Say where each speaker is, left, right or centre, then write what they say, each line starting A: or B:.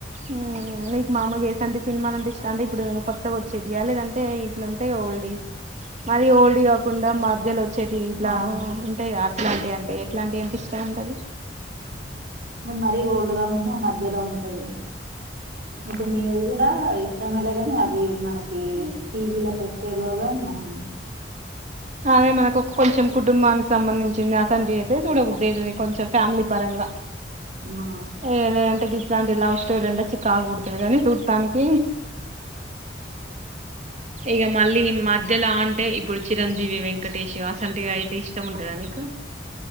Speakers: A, on the right; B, on the right.
A: ఉమ్, నీకు మామూలుగా యేసంటి సినిమాలంటే ఇష్టం అంటే ఇప్పుడు కొత్తగా ఓచ్చేటియా లేదంటే ఇట్లుఉంటే ఓల్డీ మరి ఓల్డియి కాకుండా మధ్యల చెటి ఇట్లా
B: ఆ
A: ఉంటాయిగా అట్లాంటియి అంటే ఎట్లాంటియీ అంటే ఇష్టం ఉంటది
B: మరీ ఓల్డ్ గాకుండా మధ్యలో ఉంటేవి ఇప్పుడు నీవు కూడా ఇష్టమలే గాని అవి మనకి టీవీలకు వచ్చేలోగా మనం
A: అదే మనకు ఒక కొంచెం కుటుంబానికి సంబంధించింది అసంటివి అయితే సుడబుద్ది అయితది కొంచెం ఫ్యామిలీ పరంగా
B: ఆ
A: ఏ లె అంటె గిట్లాంటివి లవ్ స్టోరీ అంటే సికాక్ పుడ్తది గాని సుత్తనిక్ ఇగ మళ్ళీ మధ్యలో అంటే ఇప్పుడు చి చిరంజీవి వెంకటేశు అసంటివి అయితే ఇష్టం ఉంటదా నీకు